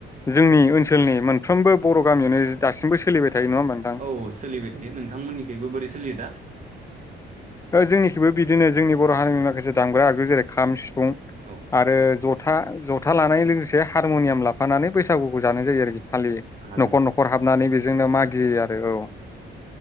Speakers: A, on the left; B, on the right.
A: जोंनि ओनसोलनि मोनफ्रोमबो बर' गामियावनो दासिमबो सोलिबाय थायो नङा होमबा नोंथां
B: औ सोलिबाय थायो नोंथांमोननिखैबो बोरै सिलियोदा?
A: ओ जोंनिखैबो बिदिनो जोंनि बर' हारिनि माखासे दामग्रा आगु जेरै खाम सि फुं
B: औ
A: आरो ज था जथा लानाय लोगोसे हारम'नियाम लाफानानै बैसागुखौ जानाय जायो आरोखि। फालियो
B: हारिमु
A: न'खर न'खर हाबनानै बे जोंनो मागियो आरो औ